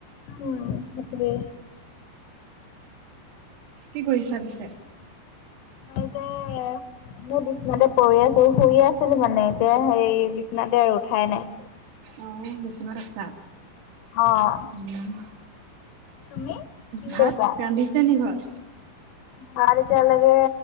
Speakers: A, on the left; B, on the right.
A: উম! তাকেহে।
B: কি কৰিছা পিছে?
A: মই যে, মোৰ বিচনাতে পৰি আছোঁ, শুই আছিলোঁ মানে। এতিয়া, হেৰি বিচনাতে আৰু উঠাই নাই।
B: অ'! বিচনাত আছা।
A: অ',
B: <unintelligible>
A: তুমি কি
B: ভাত
A: কৰি আছা?
B: ৰান্ধিছে নি ঘৰত?
A: ভাত এতিয়ালৈকে,